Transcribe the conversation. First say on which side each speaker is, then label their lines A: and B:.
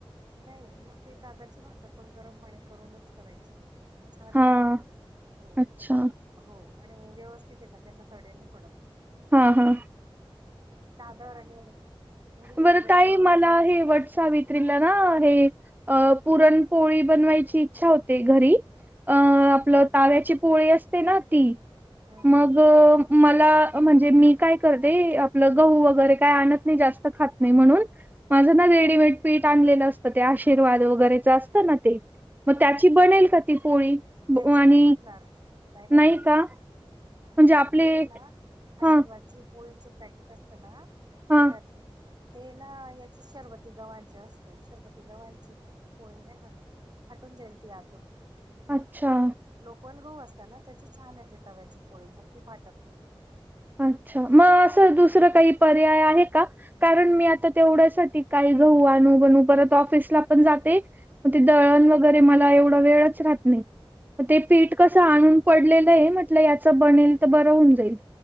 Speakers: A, on the right; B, on the right.
A: नाही मग ते दादाची भाकर पण गरम पाणी करूनच करायची. छान
B: हा
A: येते हो
B: अच्छा
A: हो आणि व्यवस्थित येतात त्यांना तडे नाई पडत.
B: हा हा.
A: हो आणि <inaudible> आणि उडीद वगैरे
B: बर ताई
A: दळून
B: मला
A: आणायचे.
B: हे वटसावित्र ्रीला ना हे अ पुरणपोळी बनवायची इच्छा होते घरी अ आपलं ताव्याची पोळी असते ना ती
A: हम्म
B: मग
A: हम्म हम्म
B: मला म्हणजे मी काय करते पल गहू वगैरे काय आणत नाही जास्त खात नाही म्हणून माझ ना रेडीमेड पीठ आणलेलं असतं ते आशीर्वाद वगैरेच असतं ना ते. म
A: हम्म
B: त्याची
A: हम्म
B: बनेल का ती पोळी
A: त्याची
B: आणि
A: नाही बनणार बनणार
B: नाही का?
A: त्याची.
B: म्हणजे आपले
A: ना आशीर्वाद
B: हा
A: जे पोळीचे पॅकेट असत ना
B: हा
A: पिठाच ते ना याच शरबती गवांच असतं शरबती गवांची पोळी नाही बनत. हटून जाईल ती आतून.
B: अच्छा.
A: लोपण गहू असत ना त्याची छान येते तव्याची पोळी मग ती फाटत नाही.
B: अच्छा मग असं दुसरं काही पर्याय आहे का? कारण मी आता तेवढ्यासाठी काही गहू अनू बनू परत ऑफिसला पण जाते. मग ते दळण वगैरे मला एवढा वेळच राहत नाही. मग ते
A: हो.
B: पीठ कसं आणून पडलेलं आहे म्हटलं याचं बनेल तर बरं होऊन जाईल.